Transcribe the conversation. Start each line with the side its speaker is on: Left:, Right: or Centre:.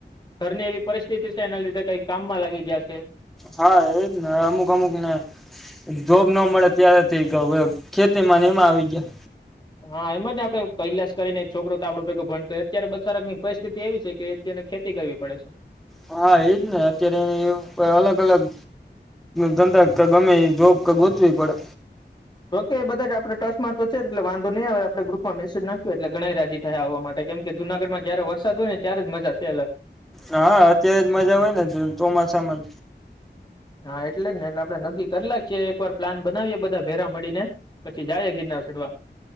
Left: ઘરની એવી પરિસ્થિતિ છે એના લીધે કઈક કામમાં લાગી ગયા છે.
Centre: હા એ જ ને અમુક અમુકને. જોબ ના મળે ત્યારથી હવે ખેતી માં આવી ગયા.
Left: હા એમાં જ ને આપડે કૈલાસ કરીને છોકરો તો આપણા ભેગું ભણતો હો અત્યારે બચારક ની પરિસ્થિતિ એવી છે કે અને ખેતી કરવી પડે છે.
Centre: હા એજ ને અત્યારે એ અલગ અલગ ધંધા તો ગમે એ જોબ તૉ ગોતવી પડે.
Left: ઓકે એ બધા આપણે ટ્રસ્ટમાં તો છે એટલે વાંધો નહીં આવે આપણે ગ્રુપમાં મેસેજ નાખ્યો એટલે ઘણા ય રાજી થાય આવવા માટે. કેમ કે જુનાગઢમાં જયારે વરસાદ હોય ને ત્યારે જ મજા છે અલગ.
Centre: હા અત્યારે જ મજા હોય ને ચોમાસામાં.
Left: હા એટલે ને એટલે આપડે નક્કી કરી નાખીએ એકવાર પ્લાન બનાવીએ બધા ભેરા મળીને, પછી જાય ગી ચઢવા.